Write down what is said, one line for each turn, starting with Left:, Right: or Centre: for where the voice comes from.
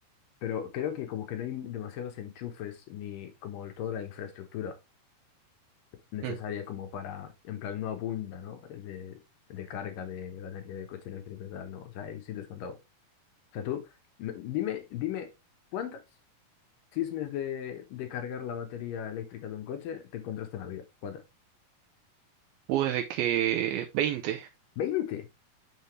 Left: pero creo que como que no hay demasiados enchufes ni como toda la infraestructura necesaria
Right: Mm,
Left: como para, en plan, no abunda, ¿no? De, de carga de batería de coche eléctrico y tal, ¿no? O sea, hay sitios contados. O sea, tú, me- dime, dime, ¿cuántas chismes de, de cargar la batería eléctrica de un coche te encontraste en la vida? ¿Cuántas?
Right: Puede que veinte
Left: veinte